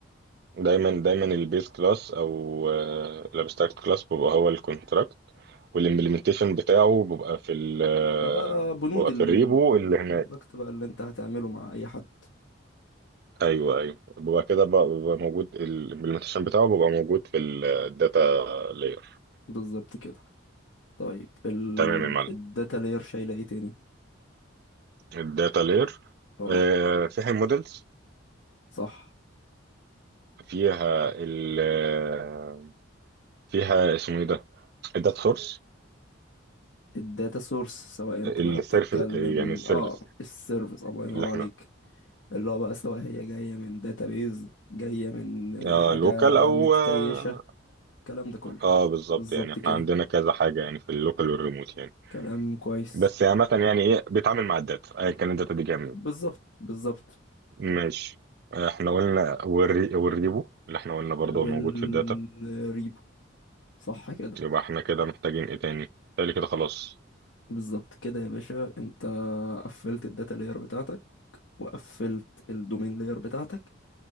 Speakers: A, on the right (about 50°); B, on the left (about 65°).
A: دايما دايما البيز كلاس او آه، الابستراكت كلاس بيبقى هو الكونتراكت والامبلمنتيشن بتاعه بيبقى في ال آه،
B: ده بقى بنود
A: بيبقى
B: الكونتراكت
A: في الريبو اللي هناك
B: بقى اللي انت هتعمله مع اي حد
A: ايوه ايوه ببقى كده بقى- ببقى موجود ال- الامبلمنتيشن بتاعه ببقى موجود في الداتا لاير
B: بالظبط كده طيب ال...
A: تمام يا معلم
B: الداتا لاير شايله ايه تاني
A: الداتا لاير
B: اه
A: فيها المودلز
B: صح
A: فيها ال آه، فيها اسمه ايه ده الداتا سورس
B: الداتا سورس سواء انت
A: السيرفيس
B: بقى بتتكلم
A: يعني السيرفيس
B: اه السيرفيس الله ينور
A: اللي احنا
B: عليك اللي هو بقى سواء هي جايه من داتابيز جايه من آه،
A: آه
B: حاجه
A: لوكال او
B: متكيشه
A: اه
B: الكلام ده كله
A: آه، بالظبط
B: بالظبط
A: يعني احنا
B: كده
A: عندنا كذا حاجه يعني في اللوكال والريموت يعني
B: كلام كويس
A: بس عامه يعني ايه بيتعامل مع الداتا ايا كان الداتا دي جايه منين
B: بالظبط بالظبط
A: ماشي احنا قلنا والري... والريبو اللي احنا قلنا برضه
B: والريبو
A: هو موجود في الداتا
B: صح كده
A: يبقى احنا كده محتاجين ايه تاني تالي كده خلاص
B: بالظبط كده يا باشا انت قفلت الداتا لاير بتاعتك وقفلت الدومين لاير بتاعتك